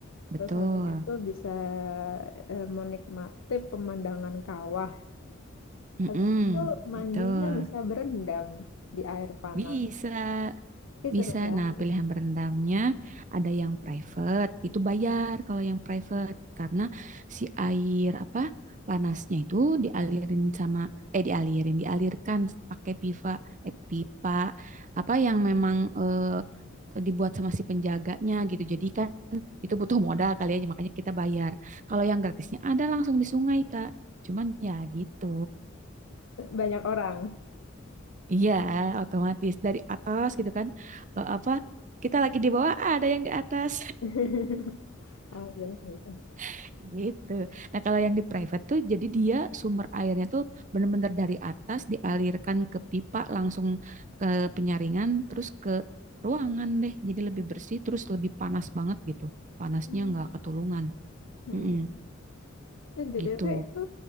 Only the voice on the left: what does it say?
Terus habis itu bisa eh, menikmati pemandangan kawah.
Habis itu mandinya
bisa berendam di air panas.
Ih,
seru banget.
Banyak orang.
<laughs> Oh, iya, iya.
Hmm.
Mm-mm.
Eh, BTW
itu